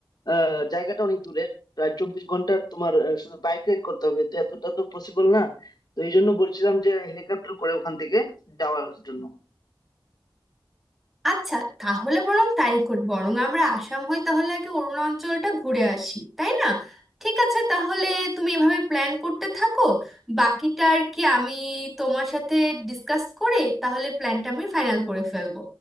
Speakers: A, on the left; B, in the centre.
A: আহ জায়গাটা অনেক দূরের প্রায় চব্বিশ ঘন্টা তোমার আহ, শুধু বাইক রাইড করতে হবে তো এতটা তো পসিবল না তো এই জন্য বলছিলাম যে হেলিকপ্টার করে ওখান থেকে যাওয়ার জন্য
B: আচ্ছা তাহলে বরং তাই করি বরং আমরা আসাম হয়ে তাহলে আগে অরুণাচলটা ঘুরে আসি তাই না ঠিক আছে তাহলে তুমি এভাবে প্ল্যান করতে থাকো বাকিটা আর কি আমি তোমার সাথে ডিসকাস করে তাহলে প্ল্যানটা আমি ফাইনাল করে ফেলবো